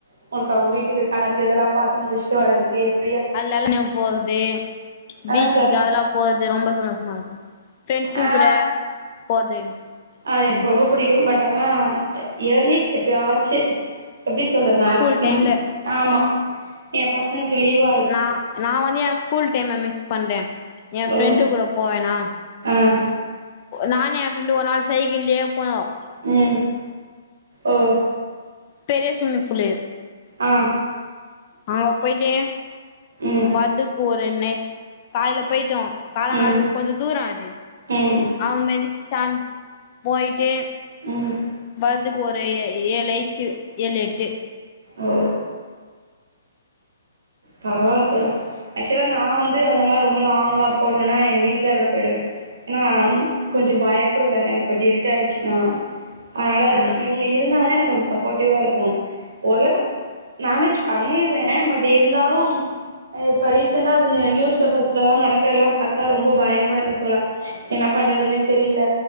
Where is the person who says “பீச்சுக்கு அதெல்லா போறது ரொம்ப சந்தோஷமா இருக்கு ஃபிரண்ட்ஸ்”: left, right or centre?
Left